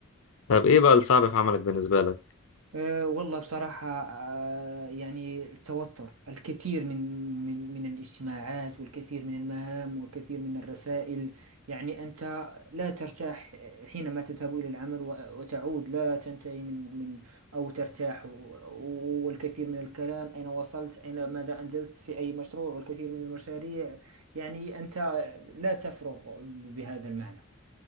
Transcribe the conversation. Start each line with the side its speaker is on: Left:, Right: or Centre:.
Left: طب ايه بقى الصعب في عملك بالنسبه لك
Right: أه والله بصراحة أه يعني التوتر الكثير من من من الاجتماعات والكثير من المهام والكثير من الرسائل يعني أنت لا ترتاح حينما تذهب إلى العمل و- وتعود لا تنتهي من من أو ترتاح و- و- والكثير من الكلام أين وصلت أين ماذا أنجزت في أي مشروع والكثير من المشاريع يعني أنت لا تفرغ ب- بهذا المعنى